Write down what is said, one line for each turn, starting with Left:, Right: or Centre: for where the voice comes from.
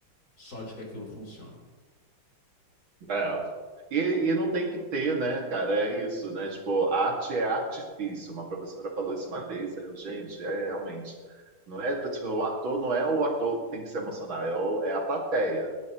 Left: só de que aquilo funciona.
Right: É. E, e não tem que ter, né, cara? É isso, né? Tipo, arte é artifício. Uma professora falou isso uma vez, aí eu, gente, é realmente. Não é, tipo, o ator não é o ator que tem que se emocionar, é, o- é a plateia.